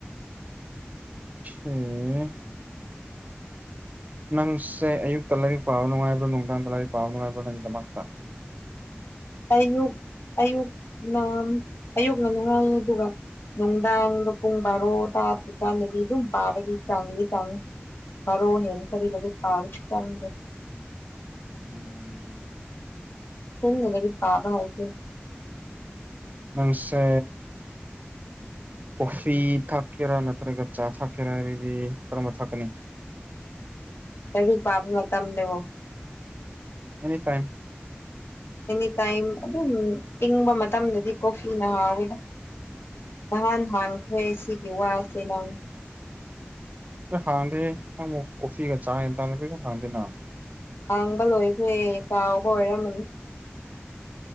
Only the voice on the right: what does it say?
ꯑ ꯅꯪꯁꯦ ꯑꯌꯨꯛꯇ ꯂꯥꯏꯔꯤꯛ ꯄꯥꯕ ꯅꯨꯡꯉꯥꯏꯕ꯭ꯔꯣ ꯅꯨꯡꯗꯥꯡꯗ ꯂꯥꯏꯔꯤꯛ ꯄꯥꯕ ꯅꯨꯡꯉꯥꯏꯕ꯭ꯔꯣ ꯅꯪꯒꯤꯗꯃꯛꯇ
ꯎꯝ
ꯉꯪꯁ ꯀꯣꯐꯤ ꯊꯥꯛꯀꯦꯔꯥ ꯅꯠꯇ꯭ꯔꯒ ꯆꯥ ꯊꯥꯛꯀꯦꯔꯥ ꯍꯥꯏꯔꯗꯤ ꯀꯔꯝꯕ ꯊꯥꯛꯀꯅꯤ
ꯑꯦꯅꯤ ꯇꯥꯏꯝ
ꯍꯥꯡꯗꯦ ꯑꯃꯨꯛ ꯀꯣꯐꯤꯒ ꯆꯥꯥꯡꯗ ꯍꯥꯡꯗꯦꯅ